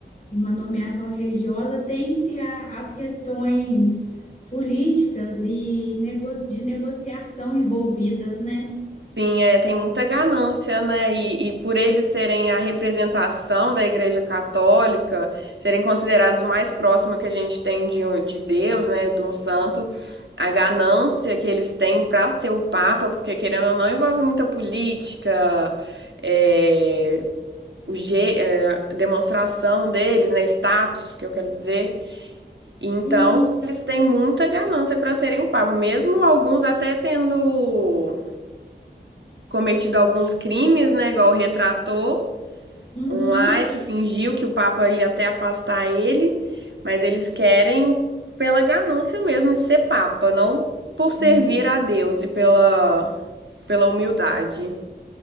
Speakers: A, on the left; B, on the right.
A: uma nomeação religiosa, tem-se a- as questões políticas e nego- de negociação envolvidas, né?
B: sim, é, tem muita ganância, né? E, e por eles serem a representação da Igreja Católica, serem considerados o mais próximo que a gente tem de, um- de Deus, né? De um santo, a ganância que eles têm para ser o Papa, porque querendo ou não, envolve muita política. é, o G, é, demonstração deles, né? Status, que eu quero dizer. Então,
A: Sim.
B: eles têm muita ganância para serem o Papa, mesmo alguns até tendo cometido alguns crimes, né? Igual retratou
A: Uhum.
B: um lá que fingiu que o Papa ia até afastar ele, mas eles querem pela ganância mesmo de ser Papa, não por servir
A: É.
B: a Deus e pela, pela humildade.